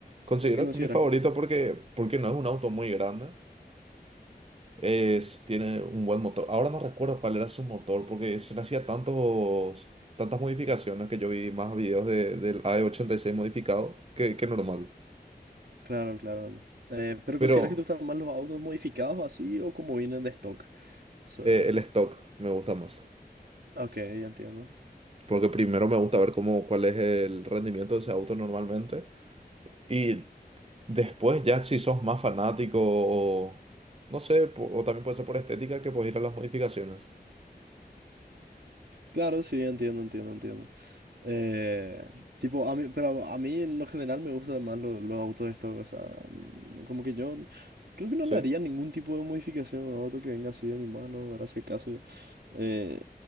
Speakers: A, on the right (about 35°); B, on the right (about 70°).
A: Considero
B: ¿Por qué consideras
A: que es mi favorito
B: que...
A: porque, porque no es un auto muy grande. Es, tiene un buen motor. Ahora no recuerdo cuál era su motor porque se le hacía tantos, tantas modificaciones que yo vi más videos de, del A E ochenta y seis modificado que, que normal.
B: Claro, claro. anda. Eh, pero
A: Pero
B: ¿consideras que te gustan más los autos modificados así o como vienen de stock? O sea,
A: eh, el stock me gusta más.
B: ok, ya entiendo.
A: Porque primero me gusta ver cómo, cuál es el rendimiento de ese auto normalmente. Y después ya si sos más fanático o no sé, po- o también puede ser por estética que puedes ir a las modificaciones.
B: Claro, sí, entiendo, entiendo, entiendo. Eh, tipo, a mí, pero a mí en lo general me gustan más lo- los, autos estos, o sea, mm, como que yo creo que no
A: Sí,
B: le haría ningún tipo de modificación a un auto que venga así de mi mano, ¿verdad? Si acaso eh,